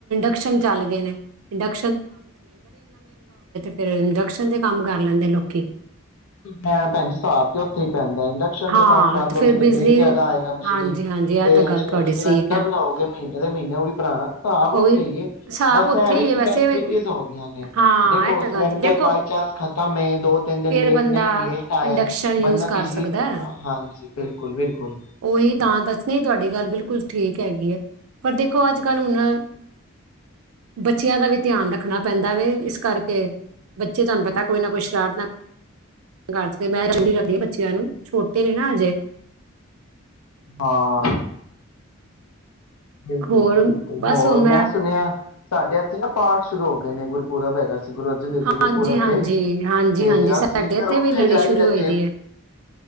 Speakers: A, on the right (about 75°); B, on the left (about 85°).
A: ਕਸ਼ਨ ਚੱਲ ਗਏ ਨੇ ਇੰਡਕ ਫਿਰ ਇੰਡਕਸ਼ਨ ਤੇ ਕੰਮ ਕਰ ਲੈਂਦੇ ਲੋਕੀ
B: ਭੈ ਭੈਣ ਜੀ ਹਿਸਾਬ ਤੇ ਉਥੇ ਪੈਂਦਾ ਇੰਡਕਸ਼ਨ
A: ਹਾਂ
B: ਤੇ ਕੰਮ ਕਰ ਲਓਗੇ
A: ਫੇਰ ਬਿਜਲੀ
B: ਤੇ ਬਿੱਲ ਜ਼ਿਆਦਾ
A: ਦੇ
B: ਆਏਗਾ ਬਿਜਲੀ
A: ਹਾਂਜੀ ਹਾਂਜੀ ਇਹ
B: ਤੇ
A: ਤਾਂ ਗੱਲ
B: ਸਿ
A: ਤੁਹਾਡੀ
B: ਸਿਲੰਡਰ
A: ਠੀਕ ਹੈ
B: ਲਓਗੇ ਮਹੀਨੇ ਦੇ ਮਹੀਨੇ ਉਹ ਵੀ ਭਰਾਣਾ ਹਿਸਾਬ
A: ਉਹ
B: ਉੱਥੇ
A: ਵੀ ਹਿਸਾਬ
B: ਹੀ ਹੈ ਬਸ
A: ਉੱਥੇ
B: ਐਵੇ
A: ਹੀ
B: ਕਿ
A: ਹੈ ਵੈਸੇ
B: ਫੇਸਿਲਟੀਸ਼
A: ਵੀ।
B: ਹੋ ਗਈਆਂ ਨੇ
A: ਹਾਂ
B: ਦੇਖੋ
A: ਇਹ ਤਾਂ
B: ਸਿਲੰਡਰ
A: ਗੱਲ ਦੇਖੋ
B: ਬਾਈ ਚਾਂਸ ਖਤਮ ਹੈ ਦੋ ਤਿੰਨ
A: ਫੇਰ
B: ਦਿਨ ਲੇਟ
A: ਬੰਦਾ
B: ਨਹੀਂ ਲੇਟ ਆਇਆ
A: ਇੰਡਕਸ਼ਨ ਯੂਜ
B: ਬੰਦਾ
A: ਕਰ
B: ਬਿਜਲੀ
A: ਸਕਦਾ
B: ਤੇ, ਹਾਂਜੀ ਬਿਲਕੁਲ ਬਿਲਕੁਲ
A: ਉਹੀ ਤਾਂ ਦੱਸ ਤੁਹਾਡੀ ਗੱਲ ਬਿਲਕੁਲ ਠੀਕ ਹੈਗੀ ਐਂ। ਪਰ ਦੇਖੋ ਅੱਜ ਕੱਲ੍ਹ ਹੁਣ ਬੱਚਿਆਂ ਦਾ ਵੀ ਧਿਆਨ ਰੱਖਣਾ ਪੈਂਦਾ ਵੇ ਇਸ ਕਰਕੇ ਬੱਚੇ ਤੁਹਾਨੂੰ ਪਤਾ ਤਾਂ ਕੋਈ ਨਾ ਕੋਈ ਸ਼ਰਾਰਤ ਨ ਘਰ ਚ ਮੈਂ ਰ ਕਰਦੀ ਹ ਬੱਚਿਆਂ ਨੂੰ ਛੋਟੇ ਨੇ ਨਾ ਹਜੇ
B: ਹਾਂ ਬਿਲਕੁਲ
A: ਹੋਰ
B: ਜੀ ਬਿਲਕੁਲ
A: ਬਸ
B: ਹੋਰ
A: ਹੁਣ
B: ਮੈਂ ਸੁਣਿਆ ਸਾਡੇ ਇੱਥੇ ਨਾ ਪਾਠ ਸ਼ੁਰੂ ਹੋ ਗਏ ਨੇ ਗੁਰ ਪੂਰਾ ਪੈਦਾ। ਗੁਰੂ ਅਰਜਨ ਦੇਵ ਜ
A: ਹਾਂਜੀ
B: ਗੁਰਪੁਰਬ
A: ਹਾਂਜੀ
B: ਦੇ
A: ਹਾਂਜੀ
B: ਤੇ
A: ਹਾਂਜੀ ਸਾਡੇ
B: ਅਸੀਂ ਫਿਰ
A: ਇੱਥੇ
B: ਉੱਥੇ
A: ਵੀ ਲੜੀ
B: ਜਾਈਦਾ
A: ਸ਼ੁਰੂ ਹੋਈ
B: ਤੇ
A: ਦੀ ਹੈ